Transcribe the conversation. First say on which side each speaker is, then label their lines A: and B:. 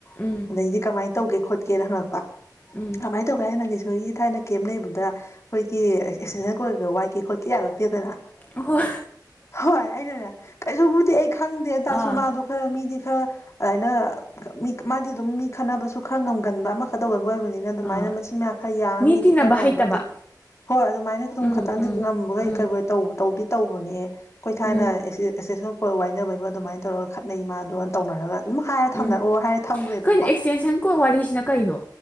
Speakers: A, on the left; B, on the left.
A: ꯎꯝ
B: ꯑꯗ ꯑꯩꯗꯤꯦ ꯀꯃꯥꯏꯅ ꯇꯧ ꯇꯧꯒꯦ ꯈꯣꯠꯀꯦꯅ ꯍꯪꯉꯛꯄ
A: ꯎꯝ
B: ꯑꯗꯨꯃꯥꯏꯅ ꯇꯧꯒꯦ ꯍꯥꯏꯅ ꯂꯤꯁꯣꯏꯒꯤ ꯊꯥꯏꯅ ꯀꯩꯦꯝ ꯂꯩꯕꯗ ꯑꯩꯈꯣꯏ ꯀ ꯑꯦ ꯀꯣꯏꯔꯒ ꯋꯥꯏꯒꯦ ꯈꯣꯠꯀꯦ ꯌꯥꯔꯛꯇꯦꯗꯅ
A: ꯑꯣ
B: ꯍꯣꯏ ꯑꯩꯅꯅꯦ ꯀꯩꯁꯨꯕꯨꯗꯤ ꯑꯩ ꯈꯪꯗꯦꯇꯥꯁꯨ
A: ꯑꯥ
B: ꯃꯥꯗ ꯈꯔ ꯃꯤꯗꯤ ꯈꯔ ꯑꯗꯨꯥꯏꯅ ꯃꯤ ꯃꯥꯗꯤ ꯑꯗꯨꯝ ꯃꯤ ꯈꯟꯅꯅꯕꯁꯨ ꯈꯔ ꯉꯝꯒꯟꯕ ꯑꯃꯈꯛ ꯇꯧꯒꯟꯕ ꯑꯣꯏ ꯅꯤꯅ ꯑꯗꯨꯃꯥꯏꯅ
A: ꯑꯥ
B: ꯃꯆꯤꯟ ꯃꯌꯥꯎ ꯈꯔ ꯌꯥꯡꯉ
A: ꯃꯤ
B: ꯃꯤꯗꯤ
A: ꯇꯤꯟꯅꯕ
B: ꯈꯔ ꯉꯝꯕꯗꯤ
A: ꯍꯩꯇꯕ
B: ꯍꯣꯏ ꯑꯗꯨꯃꯥꯏꯅ ꯑꯗꯨꯝ
A: ꯎꯝ
B: ꯈꯇꯪꯗꯤ
A: ꯎꯝ
B: ꯉꯝꯕꯒꯩ
A: ꯎꯝ
B: ꯀꯩ ꯇꯧꯗꯤ ꯇꯧꯕꯅꯦ ꯀꯈꯣꯏ ꯊꯥꯏꯅ
A: ꯎꯝ
B: ꯑꯦꯛꯁꯦꯁꯟ ꯋꯥꯏꯅꯕꯩꯕ ꯑꯗꯨꯃꯥꯏꯅ ꯇꯧꯔꯒ ꯈꯠꯅꯩ ꯃꯥꯗꯨꯒ ꯇꯧꯅꯔꯒ ꯑꯗꯨꯝ ꯍꯥꯏꯔꯦ ꯊꯝꯅ
A: ꯎꯝ
B: ꯑꯣ ꯍꯥꯏꯔꯦ ꯊꯝꯈ꯭ꯔꯦꯕꯀꯣ
A: ꯀꯩꯅꯣ ꯑꯦꯛꯁꯇꯦꯟꯁꯟ ꯀꯣ ꯋꯥꯔꯤꯁꯤꯅ ꯀꯩꯅꯣ